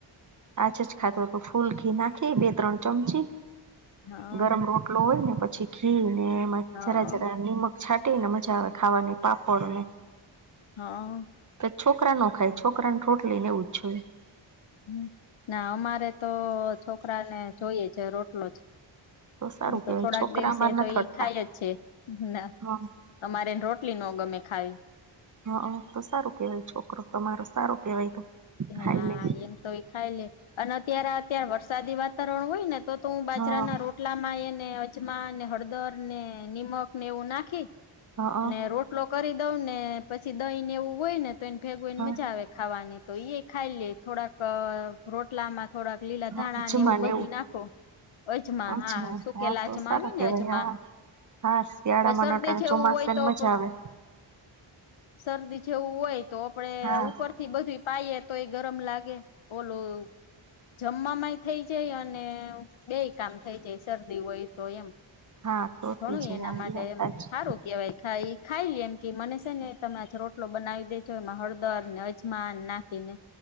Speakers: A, on the right; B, on the left.
A: આજેજ ખાતો તો ફૂલ ઘી નાખે બે ત્રણ ચમચી
B: હા
A: ગરમ રોટ લો હોય ને પછી ઘી ને એમાં
B: હા
A: જરા જરા નિમક છાંટી ને મજા આવે ખાવાની પાપડ ને
B: હા.
A: તો છોકરા ના ખાય છોકરાને રોટલીને એવું જોઈએ.
B: હમ્મ, ના અમારે તો છોકરાને જોઈએ છે રોટલો જ.
A: સારું
B: હ
A: કેવાય
B: તો થોડાક
A: છોકરા
B: દિવસે
A: અમાર નથી
B: તો એ
A: હટતા
B: ખાય જ છે ના.
A: હા
B: અમારે રોટલી નો ગમે ખાઈ.
A: હા તો સારું કેવાય છોકરો તમારો સારો કેવાય તો.
B: હા,
A: ખાઈ લે
B: એમ તો એ ખાઈ લે. અને અત્યારે અત્યારે વરસાદી વાતાવરણ હોય ને તો તો હું બાજરાના
A: હા
B: રોટ લામાં એને અજમાને હળદર ને નિમક ને એવું નાખી
A: હા
B: ને રોટ લો કરી દઉં ને પછી દહીંને એવું હોય ને તો એને ભેગવું એને
A: હા
B: મજા આવે ખાવાની. તો ઈ ખાઈ લે થોડાક અહ રોટલામાં થોડાક લીલા
A: હા
B: ધાણા
A: જમાને
B: ને એવું બધું નાખો. અજમા હા
A: જ વાત
B: શુંકેલા
A: હા તો
B: અજમા
A: સારા
B: આવ્યો
A: કેવાય
B: ને અજમા
A: હા હા, શિયાળામાં
B: તો શરદી
A: નટાણ
B: જેવું
A: ચોમાસેને
B: હોય તો
A: મજા આવે.
B: શરદી જેવું હોય તો આપડે
A: હા
B: આ ઉપર થી બધી પાયએ તો એ ગરમ લાગે ઓલું જમમાં એ. થઈ જાય અને બે કામ થઈ જાય શરદી હોય તો એમ.
A: હા તો
B: ઘણું
A: થઈ જાય
B: એના માટે એમ
A: હા એ વાત હાચી
B: હારું કેવાય ખાઈ ખાઈલી એમ કે મને છે ને તમે આજ રોટલો બનાવી દેજો એમાં હળદર ને અજમા ના ખી ને